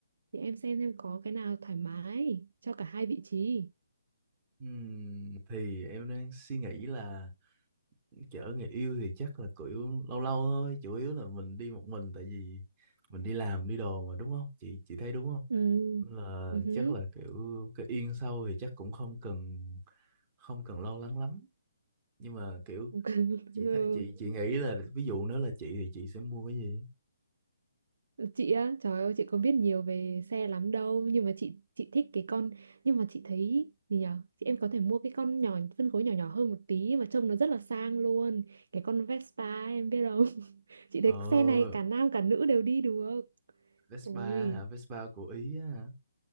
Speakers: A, on the right (about 55°); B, on the right (about 25°).
A: thì em xem em có cái nào thoải mái cho cả hai vị trí
B: Ừm, thì em đang suy nghĩ là chở người yêu thì chắc là kiểu lâu lâu thôi, chủ yếu là mình đi một mình tại vì mình đi làm đi đồ mà đúng không? Chị chị thấy đúng không?
A: ừ
B: Nên là
A: ừ hứ.
B: chắc là kiểu cái yên sau thì chắc cũng không cần không cần lo lắng lắm nhưng mà kiểu
A: <laughs>
B: chị thấy- chị chị nghĩ là ví dụ nếu là chị thì chị sẽ mua cái gì
A: Ừ. chị á trời ơi chị có biết nhiều về xe lắm đâu nhưng mà chị chị thích cái con nhưng mà chị thấy gì nhở chị em có thể mua cái con nhỏ phân khối nhỏ nhỏ hơn một tí mà trông nó rất là sang luôn cái con Vespa em biết không <laughs> chị thấy
B: ờ
A: xe này cả nam cả nữ đều đi được
B: Vespa
A: ôi
B: hả Vespa của Ý á hả?